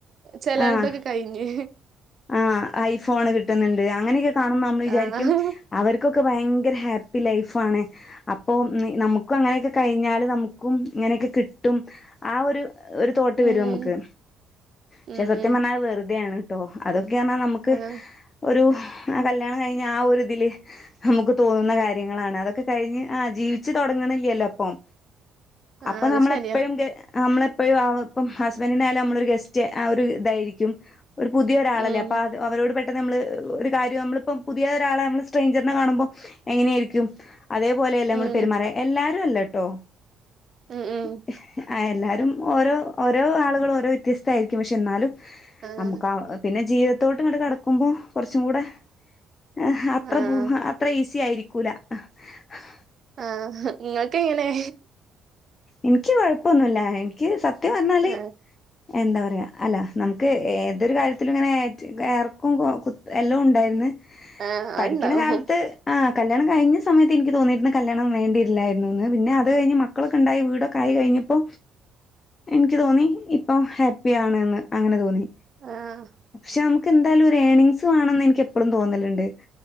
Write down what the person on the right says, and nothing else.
ചിലരുതൊക്കെ
കഴിഞ്ഞ്
ആഹ്
ഉം
ഉം
ആഹ്
ആഹ്
അത്
ശരിയാ
ഉം
ഉം
ഉം ഉം
ആഹ്
ആഹ്
ആഹ് ഇങ്ങൾക്കെങ്ങനെ?
ആഹ്
ആഹ്
അത്ണ്ടാവും
ആഹ്